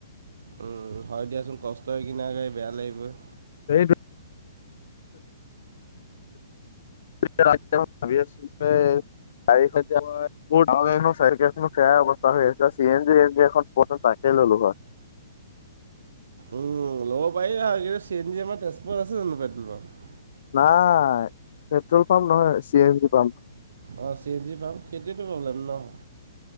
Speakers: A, on the right; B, on the left.
A: উম', হয় দিয়াচোন কষ্টৰে কিনা গাড়ী বেয়া লাগিবই',
B: সেইটো', তাৰ আগদিনাখন ভাবি আছিলোঁ দেই গাড়ীখন যে আমাৰ, মোৰ ডাঙৰ গাড়ীখন চাৰি চকিয়াখনত', সেয়াই অৱস্থা হৈ আছে C N G N G এখন ক'ত নো পায়, তাকে ললোঁ হয়',
A: উম', ল'ব পাৰিলা হয়, কিন্তু চি এন জি আমাৰ তেজপুৰত আছে জানোঁ পেট্ৰ'ল পাম্প?
B: নাই', পেট্ৰল পাম্প নহয় চি এন জি পাম্প',
A: অহ', চি এন জি পাম্প সেইটোৱেতো প্ৰব্লেম ন',